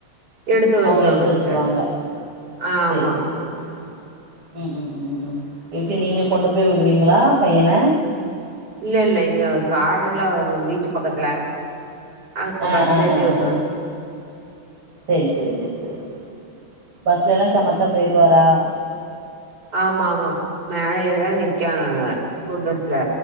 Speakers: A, on the right; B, on the right.
A: எடுத்து
B: அவுங்க எடுத்து வச்சிருவாங்க
A: சிஸ்டர் ஆமா
B: சேரி சேரி சேரி உம் உம் உம் உம் எப்டி நீங்க கொண்டு போய் வுடுவீங்ளா பையன
A: இல்ல இல்ல இங்க காரல்லாம் வரும் வீட்டு பக்கத்துல அங்க
B: ஆஹ்
A: பஸ்
B: ஆஹ்
A: ஏத்தி
B: ஆஹ்
A: விட்டுரு
B: சேரி சேரி சேரி சேரி சேரி பஸ்ல எல்லாம் சமத்தா போயிருவாரா
A: ஆமா ஆமா மேல ஏறிதான் நிக்கா ராக ஸ்கூல் பஸ்ல